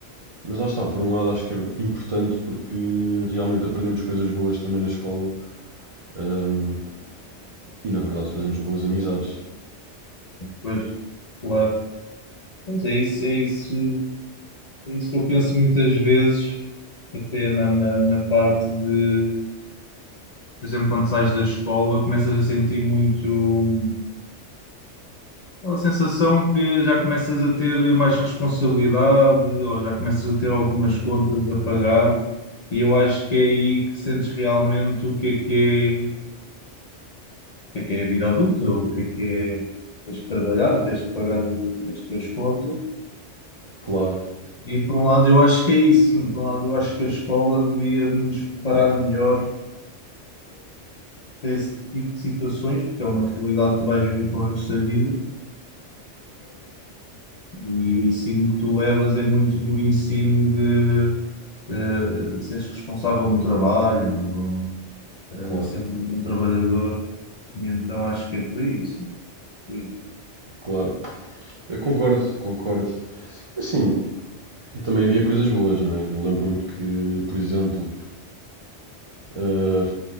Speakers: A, on the right (about 50°); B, on the left (about 50°).
A: Mas lá está, por um lado acho que é importante porque realmente aprendemos coisas boas também na escola. ehm, e na verdade fazemos boas amizades.
B: Pois, claro. Pois é isso, é isso, é isso que eu penso muitas vezes, até na, na, na parte de, por exemplo, quando sais da escola, começas a sentir muito. Aquela sensação que já começas a ter mais responsabilidade ou já começas a ter algumas contas a pagar, e eu acho que é aí que sentes realmente o que é que é, o que é, que é a vida adulta, o que é que é. Tens que trabalhar, tens que pagar o- as tuas contas.
A: Claro,
B: E por um lado, eu acho que é isso, sim. Por um lado, eu acho que a escola devia nos preparar melhor para esse tipo de situações, porque é uma realidade que tu vais viver para o resto da vida. E o ensino que tu levas é muito do ensino de eh, seres responsável no trabalho, ou,
A: claro,
B: eh, seres um trabalhador. E então acho que é por isso. Sim,
A: claro. Eu concordo, concordo. Assim, também havia coisas boas, não é? Eu lembro-me que, por exemplo, eh,